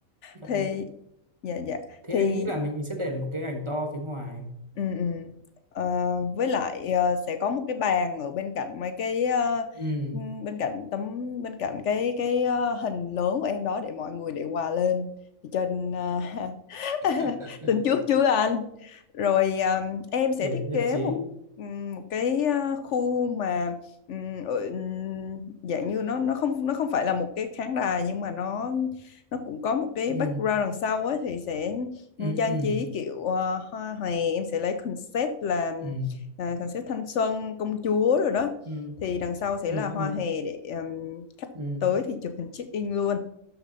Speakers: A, on the right; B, on the left.
A: Vậy
B: thì
A: em
B: dạ dạ
A: thế
B: thì
A: anh nghĩ là mình mình sẽ để một cái ảnh to phía ngoài
B: Ừ, ừ. Ờ, với lại ờ, sẽ có một cái bàn ở bên cạnh mấy cái ờ,
A: ừ
B: ừm, bên cạnh tấm bên cạnh cái cái ờ, hình lớn của em đó để mọi người để quà lên thì cho nên, ờ, <laughs> <laughs>
A: <laughs>
B: Tính trước chưa anh? Rồi à, em sẽ
A: để
B: thiết
A: nhật
B: kế
A: trí
B: một ừm, một cái à, khu mà ừm, ở- ừm, dạng như nó nó không nó không phải là một cái khán đài nhưng mà nó nó cũng có một cái
A: ừ
B: background đằng sau ấy thì sẽ
A: ừ
B: ừm, trang
A: ừ
B: trí kiểu à, hoa hòe em sẽ lấy concept là
A: ừ
B: à, concept thanh xuân công chúa rồi đó
A: ừ
B: thì đằng sau sẽ
A: ừ
B: là hoa
A: ừ
B: hòe để ừm, khách
A: ừ
B: tới thì chụp hình check in luôn.